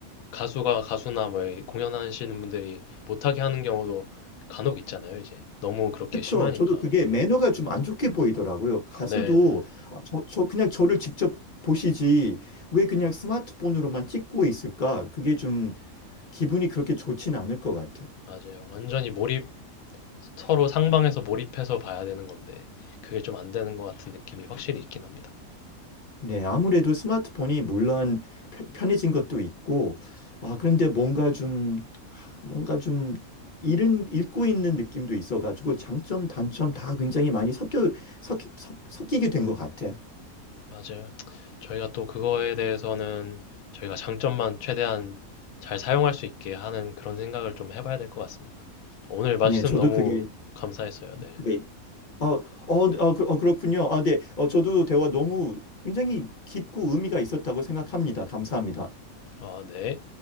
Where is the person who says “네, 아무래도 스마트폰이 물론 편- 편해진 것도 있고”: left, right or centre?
Left